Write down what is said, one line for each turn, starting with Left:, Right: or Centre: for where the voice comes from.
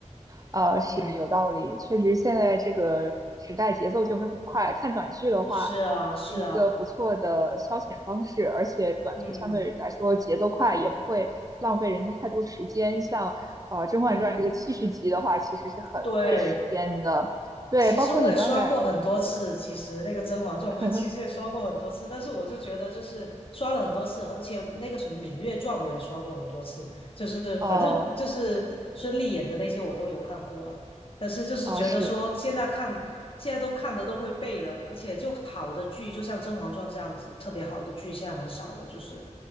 Right: 啊，是有道理，
Left: 嗯，
Right: 确实现在这个时代节奏就是很快，看短剧的话是一个不错的消遣方式，
Left: 是啊，是啊，
Right: 而且短剧相对来说节奏快，
Left: 嗯
Right: 也不会浪费人的太多时间。像呃《甄嬛传》这个七十集的话，
Left: 嗯，
Right: 其实是很费时间的。
Left: 对。
Right: 对，
Left: 其实我也刷过很多次，
Right: 包括你刚才，
Left: 其实那个《甄嬛传》我其实也刷过很多次，
Right: <laughs>
Left: 但是我就觉得就是刷了很多次，而且那个什么《芈月传》我也刷过很多次，就是反正就是孙俪演的那些我都有看过了，
Right: 呃，
Left: 但是就是觉得说现在看现在都看的都会背了，
Right: 啊是，
Left: 而且就好的剧，就像《甄嬛传》这样子特别好的剧现在很少了，就是